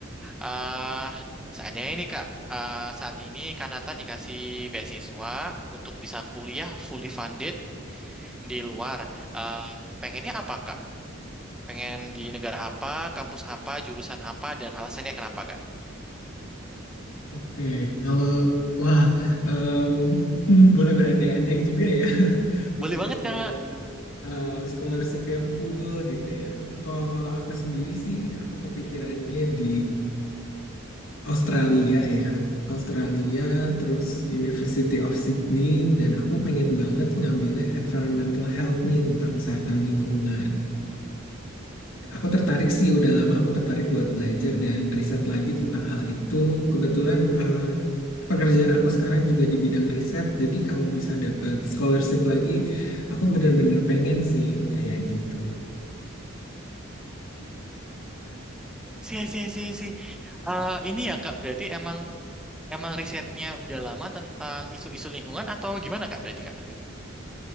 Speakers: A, in the centre; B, on the left.
A: ah seandainya ini Kak, ah, saat ini Kanatan dikasih beasiswa untuk bisa kuliah fully funded di luar. Ah, pengennya apa Kak? Pengen di negara apa, kampus apa, jurusan apa, dan alasannya kenapa Kak?
B: Oke, kalau wah em, <laughs> boleh berandai-andai juga ya <laughs> bisa
A: Boleh banget
B: dapet
A: Kak.
B: eh, scholarship yang full gitu ya. Kalau kalau aku sendiri sih aku kepikirannya di Australia ya. Australia, terus University of Sydney, dan aku pengen banget ngambilnya environmental health nih tentang kesehatan lingkungan. Aku tertarik sih, udah lama aku tertarik buat belajar dan riset lagi tentang hal itu. Kebetulan eh, pekerjaan aku sekarang juga di bidang riset, jadi kalau bisa dapat scholarship lagi, aku benar-benar pengen sih kayak gitu.
A: Si, si, si, si. Eh, ini ya Kak, berarti emang Emang risetnya udah lama tentang isu-isu lingkungan atau gimana Kak berarti Kak?